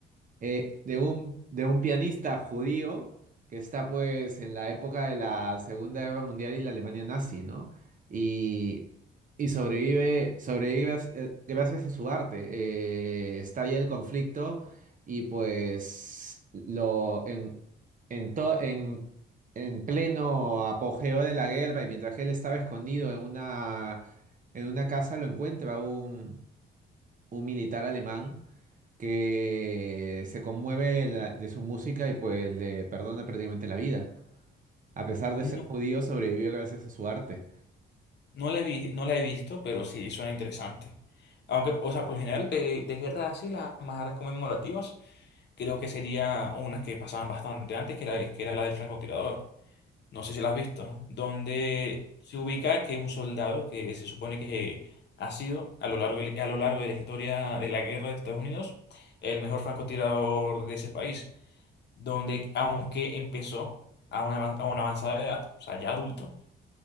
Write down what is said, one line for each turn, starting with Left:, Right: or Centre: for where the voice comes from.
Right: eh, de un, de un pianista judío que está pues en la época de la Segunda Guerra Mundial y la Alemania nazi, ¿no? Y, y sobrevive, sobrevive grac- eh, gracias a su arte. Eh, estalla el conflicto y pues lo, en, en, to- en, en pleno apogeo de la guerra y mientras él estaba escondido en una, en una casa lo encuentra un, un militar alemán que se conmueve la- de su música y pues le perdona prácticamente la vida. A pesar de
Left: No,
Right: ser judío, sobrevivió gracias a su arte.
Left: no la he vi- no la he visto, pero sí suena interesante. Aunque, o sea, por lo general, de, de guerras así, las más conmemorativas, creo que sería una que pasaban bastante antes, que era, que era la del francotirador. no sé si la has visto, donde se ubica que un soldado que se supone que eh, ha sido a lo largo de, a lo largo de la historia de la guerra de Estados Unidos el mejor francotirador de ese país, donde aunque empezó a una, avan- a una avanzada edad, o sea, ya adulto,